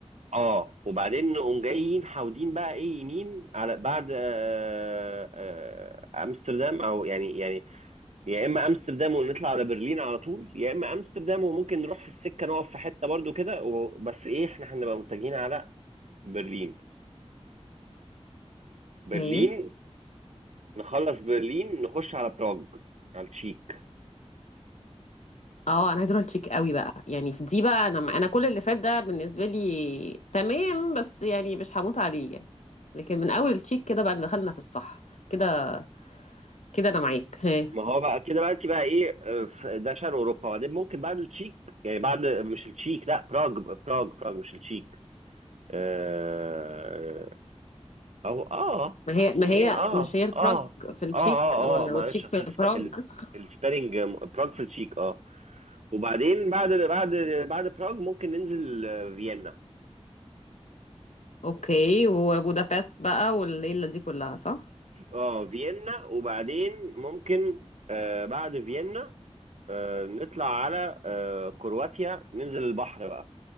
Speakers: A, on the right; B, on the left.
A: اه وبعدين نقوم جايين حاودين بقى ايه يمين على بعد آه آه امستردام او يعني يعني يا اما امستردام ونطلع على برلين على طول يا اما امستردام وممكن نروح في السكه نقف في حته برضو كده و... بس ايه احنا هنبقى متجهين على برلين برلين
B: اوكي
A: نخلص برلين نخش على براغ على التشيك
B: اه انا عايزه اروح التشيك قوي بقى يعني في دي بقى انا انا كل اللي فات ده بالنسبه لي تمام بس يعني مش هموت عليه يعني لكن من اول التشيك كده بقى دخلنا في الصح كده كده انا معاك ها
A: ما هو بقى كده بقى انت بقى ايه آه، في- ده شرق اوروبا بعدين ممكن بعد التشيك يعني بعد مش التشيك لا براغ براغ براغ مش التشيك آه، او اه
B: ما هي ما
A: ما
B: هي
A: هي اه
B: مش هي البراج
A: اه
B: في التشيك
A: اه اه
B: ولا
A: اه معلش
B: التشيك
A: اصل
B: في
A: الس-
B: البراج
A: ال-
B: <laughs>
A: السبيلنج آه، براغ في التشيك اه وبعدين بعد بعد بعد براغ ممكن ننزل آه، فيينا
B: اوكي وبودابست بقى والليله دي كلها صح
A: اه فيينا وبعدين ممكن آه بعد فيينا آه نطلع على آه كرواتيا ننزل البحر بقى